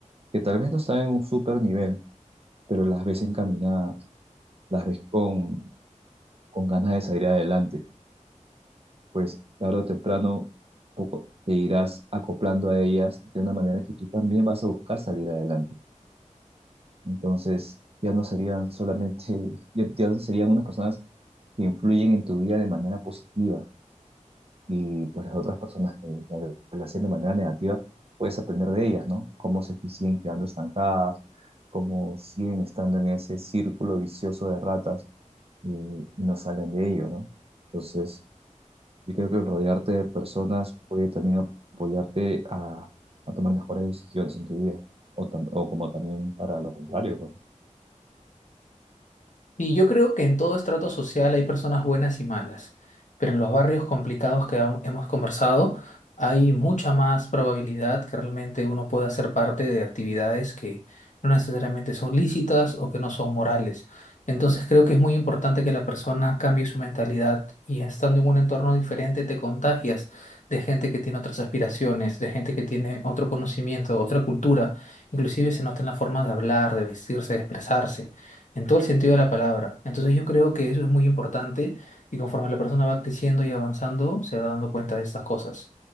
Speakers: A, on the right (about 50°); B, on the left (about 70°).
A: que tal vez no están en un super nivel, pero las ves encaminadas, las ves con con ganas de salir adelante, pues tarde o temprano poco te irás acoplando a ellas de una manera que tú también vas a buscar salir adelante. Entonces, ya no serían solamente, <laughs> ya, ya no serían unas personas que influyen en tu vida de manera positiva y pues las otras personas que la la hacen de manera negativa, puedes aprender de ellas, ¿no? Cómo se si siguen quedando estancadas, cómo siguen estando en ese círculo vicioso de ratas y, y no salen de ello, ¿no? Entonces, Yo creo que el rodearte de personas puede también apoyarte a, a tomar mejores decisiones en tu vida, o, tam- o como también para lo contrario,
B: Y yo creo que en todo estrato social hay personas buenas y malas, pero en los barrios complicados que ha- hemos conversado hay mucha más probabilidad que realmente uno pueda ser parte de actividades que no necesariamente son lícitas o que no son morales. Entonces creo que es muy importante que la persona cambie su mentalidad y estando en un entorno diferente te contagias de gente que tiene otras aspiraciones, de gente que tiene otro conocimiento, otra cultura, inclusive se nota en la forma de hablar, de vestirse, de expresarse en todo el sentido de la palabra. Entonces yo creo que eso es muy importante y conforme la persona va creciendo y avanzando, se va dando cuenta de estas cosas.